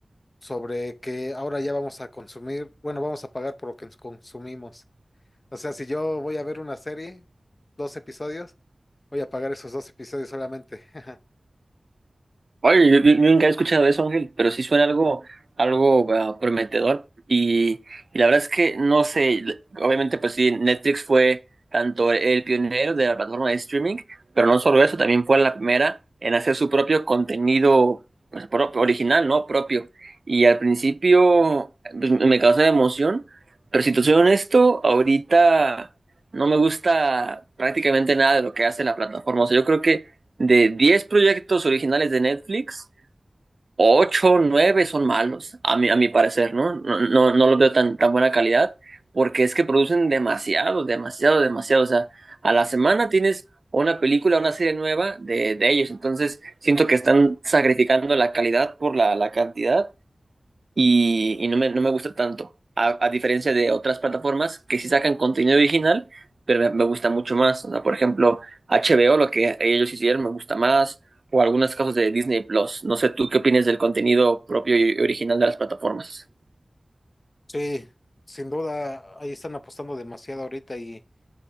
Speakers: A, on the left (about 45°); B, on the right (about 55°).
A: sobre que ahora ya vamos a consumir, bueno, vamos a pagar por lo que consumimos. O sea, si yo voy a ver una serie, dos episodios, voy a pagar esos dos episodios solamente. <laughs>
B: Oye, yo, yo- yo nunca he escuchado eso, Ángel, pero sí suena algo, algo ah, prometedor. Y, y la verdad es que no sé, l- obviamente, pues sí, Netflix fue tanto el pionero de la plataforma de streaming, pero no solo eso, también fue la primera en hacer su propio contenido pues, pro- original, ¿no? Propio. Y al principio pues, me causó emoción, pero si te soy honesto, ahorita no me gusta prácticamente nada de lo que hace la plataforma. O sea, yo creo que de 10 proyectos originales de Netflix, 8, 9 son malos, a mi, a mi parecer, ¿no? No, no, no los veo tan, tan buena calidad, porque es que producen demasiado, demasiado, demasiado. O sea, a la semana tienes una película, una serie nueva de, de ellos. Entonces, siento que están sacrificando la calidad por la, la cantidad y, y no me, no me gusta tanto, a, a diferencia de otras plataformas que sí sacan contenido original, pero me, me gusta mucho más. O sea, por ejemplo, HBO, lo que ellos hicieron, me gusta más, o algunos casos de Disney Plus. No sé, ¿tú qué opinas del contenido propio y original de las plataformas?
A: Sí, sin duda, ahí están apostando demasiado ahorita y